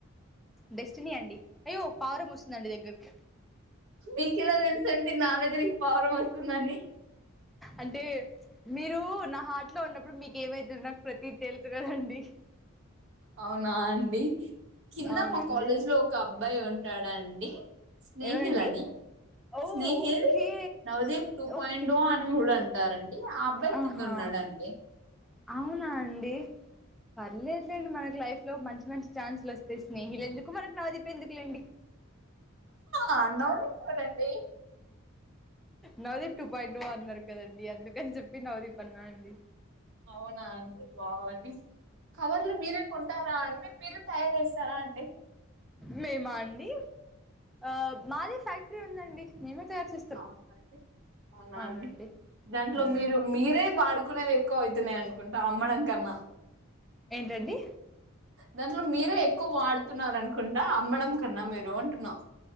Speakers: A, in the centre; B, on the right (about 60°).
A: డెస్టినీ అండి అయ్యో పావరం వస్తుందండి దగ్గరకి
B: మీకెలా తెలుసండి నా దగ్గరికి పావరం వస్తుందని
A: అంటే మీరు నా హార్ట్లో ఉన్నప్పుడు మీకు ఏమైతు నాకు ప్రతి తెలుసు కదండి
B: అవును నా అండి కింద
A: అవునండి
B: మా కాలేజ్ లో ఒక అబ్బాయి ఉ ఉంటాడండి స్నేహిల్
A: ఎవరండి
B: అని
A: ఓ
B: Snehil
A: okay
B: Navdeep two point
A: okay
B: ఓ అని కూడా అంటారండి ఆ అబ్బాయి
A: ఆహా
B: కింద ఉన్నాడండి
A: అవునా అండి పర్ల్ లేదుండి మనకి లైఫ్ లో మంచి మంచి ఛాన్సులు వస్తాయి స్నేహిలు ఎందుకు మనకు నాజిప్ ఎందుకులేండి
B: అన్న చూడండి
A: నవదిప్ టూ పాయింట్ వన్ కదండి అందుకని చెప్పి నవదిప్ అన్నా అండి
B: అవునా అండి బాగుండి కవర్లు మీరే కొంటారా అండి మీరే తయారుచేస్తారా అండి
A: మేమా అండి ఆ మాది ఫ్యాక్టరీ ఉందండి మేమే తయారు చేస్తాం
B: అవునండి అవునాండి
A: అవునండి
B: దాంట్లో
A: మ్మ్.
B: మీరు మీరే బడు అనుకునేవి ఎక్కువ అవుతున్నాయి అనుకుంటా అమ్మడంకమ్మ
A: ఏంటండి
B: దాంట్లో మీరే ఎక్కువ వాడుతున్నార అనుకుంటా అమ్మడం కన్నా మీరు అంటున్నా